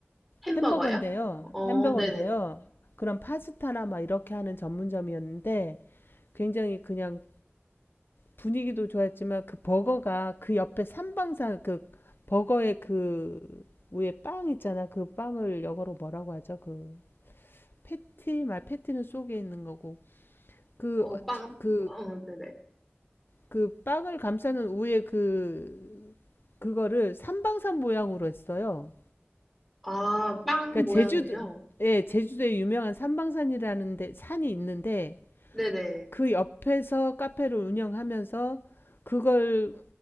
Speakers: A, in the centre; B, on the left (about 55°).
A: 햄버거요?
B: 햄버거인데요
A: 어,
B: 햄버거인데요
A: 네네.
B: 그런 파스타나 막 이렇게 하는 전문점이었는데 굉장히 그냥 분위기도 좋았지만 그 버거가 그 옆에 삼방산 그 버거의 그 위에 빵 있잖아. 그 빵을 영어로 뭐라고 하죠? 그 패티 말 패티는 속에 있는 거고 그
A: 어,
B: 그그
A: 빵, 어,
B: 그
A: 네네.
B: 그 빵을 감싸는 우에 그 그거를 삼방산 모양으로 했어요.
A: 아, 빵
B: 그러니까
A: 모양을요?
B: 제주도 예, 제주도에 유명한 삼방산이라는 데 산이 있는데
A: 네네.
B: 그 옆에서 카페를 운영하면서 그걸